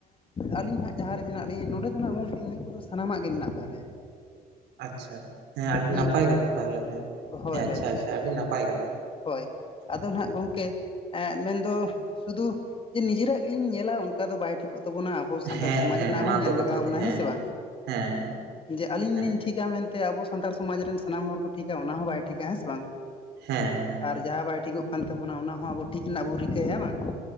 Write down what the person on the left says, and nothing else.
ᱟᱹᱞᱤᱧ ᱦᱟᱸᱜ ᱡᱟᱦᱟᱸ ᱨᱮ ᱢᱮᱱᱟᱜ ᱞᱮᱤᱧᱟᱹ ᱱᱚᱸᱰᱮ ᱫᱚ ᱦᱟᱸᱜ ᱜᱚᱝᱠᱮ ᱱᱤᱭᱟᱹ ᱠᱚ ᱫᱚ ᱥᱟᱱᱟᱢᱟᱜ ᱜᱮ ᱢᱮᱱᱟᱜ ᱛᱟᱞᱮᱭᱟ᱾
ᱱᱤᱭᱟᱹ
ᱠᱚᱫᱚ
ᱦᱳᱭ
ᱦᱳᱭ
ᱦᱳᱭ, ᱟᱫᱚ ᱱᱟᱦᱟᱸᱜ ᱜᱚᱝᱠᱮ ᱮᱜ ᱢᱮᱱᱫᱚ ᱥᱩᱫᱷᱩ ᱡᱮ ᱱᱤᱡᱮᱨᱟᱜ ᱜᱮ ᱞᱤᱧ ᱧᱮᱞᱟ ᱚᱱᱠᱟ ᱫᱚ ᱵᱟᱭ ᱴᱷᱤᱠᱚᱜ ᱛᱟᱵᱚᱱᱟ᱾ ᱟᱵᱚ ᱥᱟᱱᱛᱟᱲ
ᱥᱚᱢᱟᱡᱽ
ᱨᱮᱱᱟᱜ
ᱦᱚᱸ ᱧᱮᱞ
ᱞᱟᱜᱟᱣᱟ
ᱵᱚᱱᱟ ᱦᱮᱸ ᱥᱮ ᱵᱟᱝ?
ᱡᱮ ᱟᱞᱤᱧ
ᱞᱤᱧ ᱴᱷᱤᱠ-ᱟ ᱢᱮᱱ ᱛᱮ ᱟᱵᱚ ᱥᱟᱱᱛᱟᱲ ᱥᱚᱢᱟᱡᱽ ᱨᱮᱱ ᱥᱟᱱᱟᱢ ᱦᱚᱲ ᱠᱚ ᱴᱷᱠ-ᱟ, ᱚᱱᱟ ᱦᱚᱸ ᱵᱟᱭ ᱴᱷᱤᱠ-ᱟ ᱦᱮᱸ ᱥᱮ ᱵᱟᱝ?
ᱟᱨ ᱡᱟᱦᱟᱸ ᱵᱟᱭ ᱴᱷᱤᱠᱚᱜ ᱠᱟᱱ ᱛᱟᱵᱚᱱᱟ ᱚᱱᱟ ᱦᱚᱸ ᱟᱵᱚ ᱴᱷᱤᱠ ᱨᱮᱱᱟᱜ ᱵᱚᱱ ᱨᱤᱠᱟᱹᱭᱟ ᱦᱮ ᱵᱟᱝ᱾